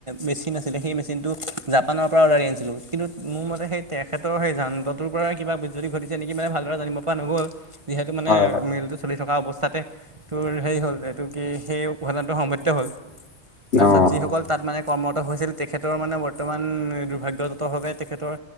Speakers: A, on the right; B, on the left.
A: মেচিন আছিলে, সেই মেচিনটো জাপানৰ পৰা অৰ্ডাৰ আনিছিলোঁ কিন্তু। মোৰ মতে সেই তেখেতৰ সেই যান্ৰটোৰ পৰাই কিবা বু্যদি ঘটিছে নেকি মানে ভালদৰে জানিব পৰা নগ'ল। যিহেতু মানে
B: হয় হয়
A: মল। চলি থকা অৱস্থাতে তোৰ হেৰি হ'ল এইটো কি সেই ঘটনাটো সংঘটিত হ'ল। তাৰপিছত
B: অ
A: যিসকল তাত মানে। কৰ্মৰত হৈছিল, তেখেতৰ মানে বৰ্তমান দুৰ্ভাগয়জত ভাৱে তেখেতৰ।